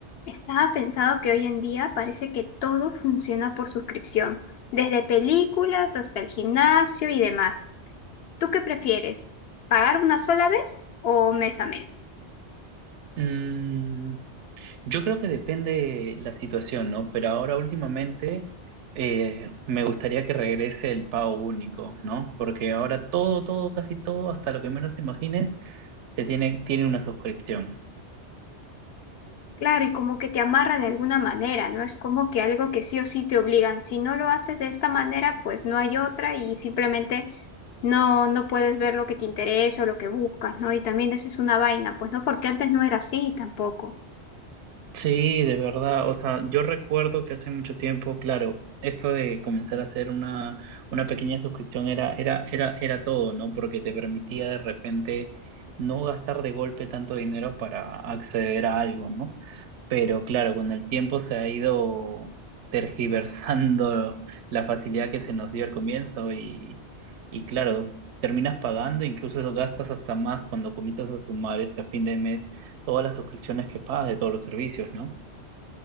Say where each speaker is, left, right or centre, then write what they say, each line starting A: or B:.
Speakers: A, on the left; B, on the right.
A: Estaba pensado que hoy en día parece que todo funciona por suscripción, desde películas hasta el gimnasio y demás. ¿Tú qué prefieres? ¿Pagar una sola vez o mes a mes?
B: Mm, yo creo que depende la situación, ¿no? Pero ahora últimamente eh, me gustaría que regrese el pago único, ¿no? Porque ahora todo, todo, casi todo, hasta lo que menos te imagines, te tiene, tiene una suscripción.
A: Claro, y como que te amarra de alguna manera, no es como que algo que sí o sí te obligan. Si no lo haces de esta manera, pues no hay otra y simplemente no no puedes ver lo que te interesa o lo que buscas, ¿no? Y también esa es una vaina, pues no, porque antes no era así tampoco.
B: Sí, de verdad. O sea, yo recuerdo que hace mucho tiempo, claro, esto de comenzar a hacer una, una pequeña suscripción era, era, era, era todo, ¿no? Porque te permitía de repente no gastar de golpe tanto dinero para acceder a algo, ¿no? pero claro, con el tiempo se ha ido tergiversando <laughs> la facilidad que se nos dio al comienzo y, y claro, terminas pagando, incluso eso gastas hasta más cuando comienzas a sumar este a fin de mes todas las suscripciones que pagas de todos los servicios, ¿no?